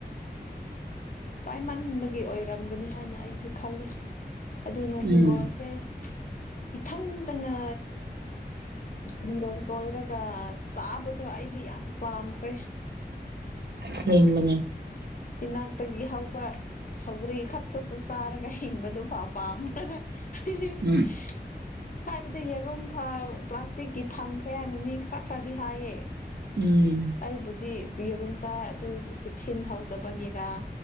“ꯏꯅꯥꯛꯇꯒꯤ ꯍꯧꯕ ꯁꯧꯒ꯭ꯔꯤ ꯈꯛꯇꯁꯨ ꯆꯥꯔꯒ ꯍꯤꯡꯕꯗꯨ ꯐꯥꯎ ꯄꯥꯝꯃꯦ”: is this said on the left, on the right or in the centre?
Left